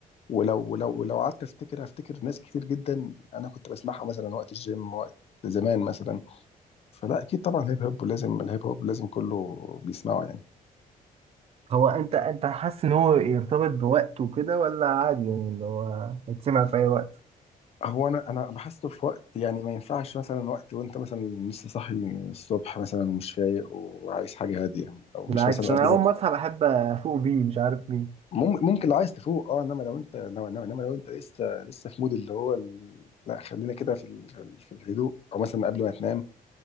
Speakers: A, on the left (about 40°); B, on the right (about 40°).
A: ولو ولو ولو قعدت افتكر افتكر ناس كتير جدا انا كنت بسمعها مثلا وقت الجيم وقت زمان مثلا فلا اكيد طبعا الهيب هوب لازم الهيب هوب لازم كله بيسمعه يعني
B: هو انت انت حاسس ان هو يرتبط بوقته كده ولا عادي يعني اللي هو يتسمع في اي وقت
A: هو انا انا بحسه في وقت يعني ما ينفعش مثلا وقت وانت مثلا لسه صاحي الصبح مثلا ومش فايق وعايز حاجه هاديه او مش
B: بالعكس
A: مثلا
B: انا
A: قبل
B: اول ما اصحى بحب افوق بيه مش عارف ليه
A: ما مم- ممكن لو عايز تفوق اه انما لو انت لو انما إنما لو انت لسه لسه في مود اللي هو ال... لا خلينا كده في ال... في ال- في الهدوء او مثلا قبل ما تنام